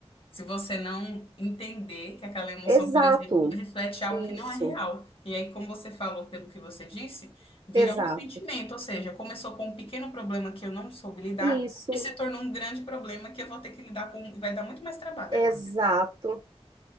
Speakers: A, on the left; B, on the right.
A: Se você não entender que aquela emoção,
B: Exato.
A: por exemplo, reflete algo
B: Isso.
A: que não é real. E aí, como você falou, pelo que você disse, vira
B: Exato.
A: um sentimento, ou seja, começou com um pequeno problema que eu não soube lidar
B: Isso.
A: e se tornou um grande problema que eu vou ter que lidar com, e vai dar muito mais trabalho agora.
B: Exato.